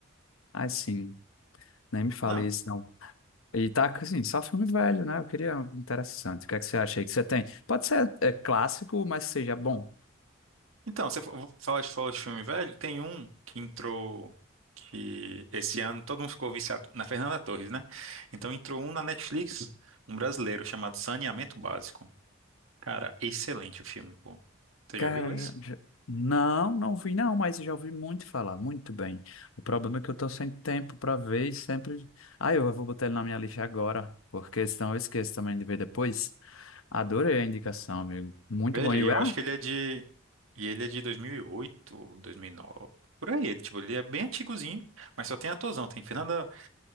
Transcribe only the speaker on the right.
Não.
Então, você fa- falou de, falou de filme velho, tem um que entrou que esse ano todo mundo ficou viciado na Fernanda Torres, né? Então entrou um na Netflix, um brasileiro chamado Saneamento Básico. Cara, excelente o filme, pô. Você
já viu esse?
Veja,
e
eu
acho que ele é de. E ele é de dois dois mil mil e oito dois mil e nove por aí. Ele, tipo, ele é bem antigozinho, mas só tem atorzão. Tem Fernanda,